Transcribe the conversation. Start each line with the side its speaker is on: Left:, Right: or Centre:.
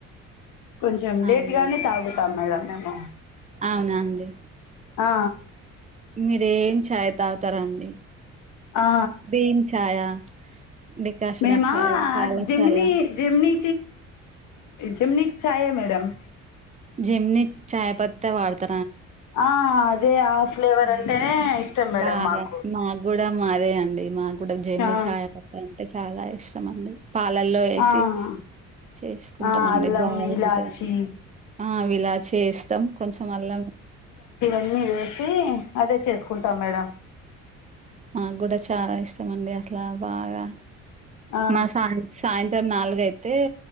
Left: కొంచెం లేట్గానే
Right: అవునా అండి
Left: తాగుతాం మేడం మేము
Right: అవునా అండి
Left: ఆ
Right: మీరేం ఛాయ్ తాగుతారండి
Left: ఆ, ఆ.
Right: పీన్ ఛాయా డికాషనా
Left: మేమా
Right: ఛాయ్ పాల
Left: జెమిని
Right: ఛాయ
Left: జెమిని జెమినీ చాయ మేడమ్
Right: జెమినీ చాయ పత్త వాడత
Left: ఆ అదే ఆ ఫ్లేవర్
Right: మీ
Left: అంటేనే ఇష్టం మేడం
Right: బాగా
Left: మాకు
Right: గూడా మాదే అండి మా జేమిని
Left: ఆ
Right: చాయపత్త అంటే చాలా ఇష్టం అండి పాలల్లో వేసి
Left: ఆ.
Right: చేసుకుంటామండి
Left: ఆ అల్లం
Right: బాగుంటంద
Left: ఇలాచి
Right: ఆ అవి ఇలా చేస్త చం కొంచెం అల్లం
Left: అన్నీ వేసి అదే చేసుకుంటాం మేడం
Right: మాగూడా చాలా ఇష్టం అండి అసలా బాగా
Left: ఆ
Right: మా సాయ సాయంత్రం నాలుగ అయితే